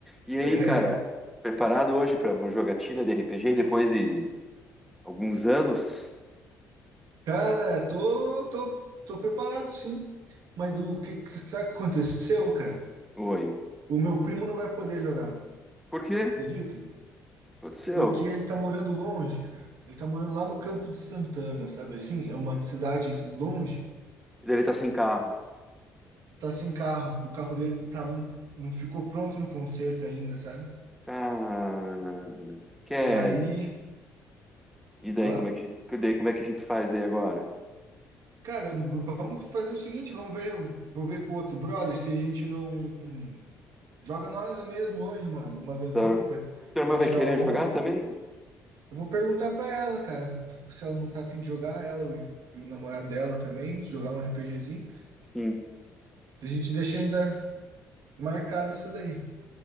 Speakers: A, in the centre; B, on the right (about 65°).
A: E
B: É,
A: aí, cara, preparado hoje para uma jogatina de RPG depois de alguns anos?
B: cara, tô, tô, tô preparado sim. Mas o que, que- sabe o que aconteceu, cara?
A: Oi.
B: O meu primo não vai poder jogar,
A: Por quê? O
B: acredita?
A: que Aconteceu.
B: Porque ele tá morando longe, cara. Ele tá morando lá no Campo de Santana, sabe assim? É uma cidade longe.
A: E daí ele tá sem carro.
B: tá sem carro. O carro dele tava, não ficou pronto no concerto ainda, sabe?
A: Ah, quer?
B: Daí,
A: E daí
B: ó,
A: como é que a gente, daí, como é que a gente faz aí agora?
B: cara, v- vamos fazer o seguinte, vamos ver, vou ver com o outro brother se a gente não joga nós mesmo hoje uma, uma aventura
A: Tá.
B: pra
A: Tua irmã
B: para
A: vai
B: tirar
A: querer
B: uma onda.
A: jogar também?
B: Eu vou perguntar pra ela, cara, se ela não tá afim de jogar, ela e o, e o namorado dela também, jogar um RPGzinho.
A: Sim.
B: A gente deixa ainda marcado essa daí.